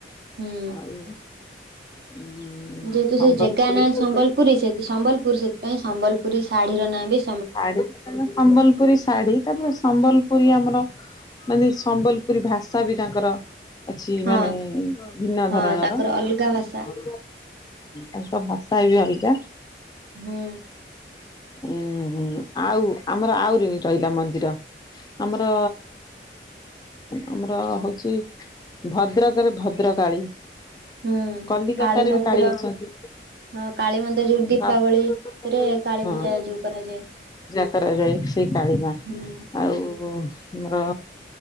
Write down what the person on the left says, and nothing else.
ଆଉ ଉଁ
ସମ୍ବଲପୁରୀ
ଶାଢୀ
ଶାଢୀ ଯାତ ସମ୍ବଲପୁରୀ ଶାଢୀ ତାପରେ ସମ୍ବଲପୁରୀ ଆମର ମାନେ ସମ୍ବଲପୁରୀ ଭାଷାବି ତାଙ୍କର ଅଛି
ମାନେ ଭିନ୍ନ
ଧରଣର
ହୁଁ ତାଙ୍କ ଭାଷାବି ଅଲଗା
ହୁଁ ଆଉ ଆମର ଆହୁରି ରହିଲା ମନ୍ଦିର। ଆମର ଆମର ହଉଚି ଭଦ୍ରକରେ ଭଦ୍ରକାଳୀ
କଲିକତାରେ
ବି ଅଛନ୍ତି
ବା ହଁ
ପୂଜା କରାଯାଏ ସେଇ କାଳିମା
ଆଉ ଆମର